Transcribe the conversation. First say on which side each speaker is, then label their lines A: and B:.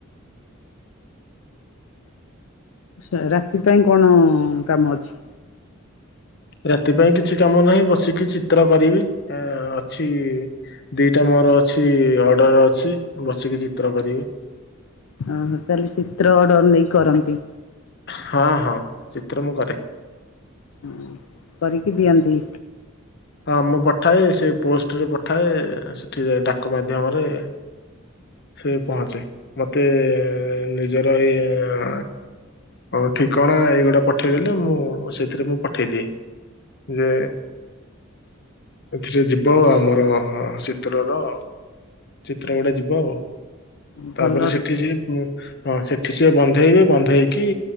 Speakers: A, on the left; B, on the left.
A: ଆଉ ରାତି ପାଇଁ କଣ କାମ ଅଛି?
B: ରାତି ପାଇଁ କିଛି କାମ ନାହିଁ। ବସିକି ଚିତ୍ର କରିବି। ଆ ଅଛି ଦିଟା ମୋର ଅଛି। ଅର୍ଡର ଅଛି। ବସିକି ଚିତ୍ର କରିବି।
A: ଓହୋ। ତାହେଲେ ଚିତ୍ର ଅର୍ଡର ନେଇକି କରନ୍ତି?
B: ହଁ ହଁ। ଚିତ୍ର ମୁଁ କରେ।
A: ହଁ। କରିକି ଦିଅନ୍ତି?
B: ହଁ ମୁଁ ପଠାଏ। ସେ ପୋଷ୍ଟରେ ପଠାଏ। ସେଠି ଡାକ ମାଧ୍ୟମରେ ସେ ପହଞ୍ଚେ। ମତେ ନିଜର ଏଇ ଆ ହଉ <unintelligible> ଠିକଣା ଏଇଗୁଟା ପଠେଇଦେଲେ ମୁଁ ସେଥିରେ ମୁଁ ପଠେଇଦିଏ। ଯେ ଏଥିରେ ଯିବ ଆମର ଚିତ୍ରର ଚିତ୍ର ଗୁଡା ଯିବ ଆଉ।
A: ଭଲ
B: ତାପରେ ସେଠି ସେ ହଁ ସେଠି ସିଏ ବନ୍ଧେଇବେ। ବନ୍ଧେଇକି